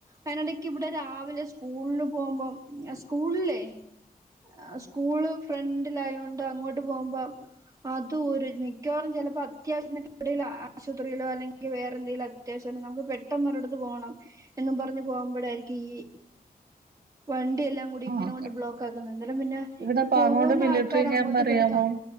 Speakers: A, on the right; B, on the right.
A: അയിന്ടക് ഇവിടെ രാവിലെ സ്കൂളില് പോകുമ്പം സ്കൂള് ല്ലേ ആഹ് സ്കൂള് ഫ്രണ്ടിലായോണ്ട് അങ്ങോട്ട് പോകുമ്പോം അതും ഒരു മിക്കവാറും ചെലപ്പോ അത്യാവശ്യത്തിന് ഒക്കെ എപ്പളേലും ആശുപത്രീലോ അല്ലെങ്കിവേറെന്തെങ്കിലും അത്യാവശ്യം നമുക്ക് പെട്ടെന്നൊരിടുത്ത് പോണം എന്നും പറഞ്ഞു പോകുമ്പോഴായിരിക്കും ഈ വണ്ടിയെല്ലാം കൂടി ഇങ്ങനെ
B: ഓക്കെ
A: കൊണ്ട് ബ്ലോക്ക് ആക്കുന്നേ ഇന്നലെ പിന്നെ
B: ഇവിടെ
A: ഈ
B: പാങ്ങോട്
A: പോവുന്ന
B: മിലിറ്ററി
A: ആൾക്കാര്
B: ക്യാമ്പ്
A: അങ്ങോട്ടിങ്ങോട്ട്
B: അറിയാമോ?